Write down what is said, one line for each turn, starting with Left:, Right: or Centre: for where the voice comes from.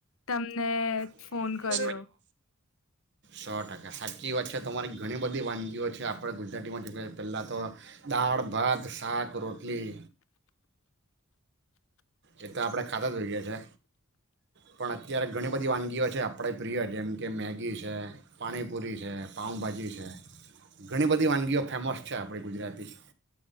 Left: તમને
Right: <inaudible>
Left: ફોન કર્યો.
Right: સો ટકા સાચી વાત છે તમારી ઘણી બધી વાનગીઓ છે આપણે ગુજરાતીમાં જો પહેલા તો દાળ ભાત શાક રોટલી એ તો આપણે ખાતા જ હોઈએ છે પણ અત્યારે ઘણી બધી વાનગીઓ છે આપણે પ્રિય જેમ કે મેગી છે પાણીપુરી છે પાઉભાજી છે ઘણી બધી વાનગીઓ ફેમસ છે આપણી ગુજરાતી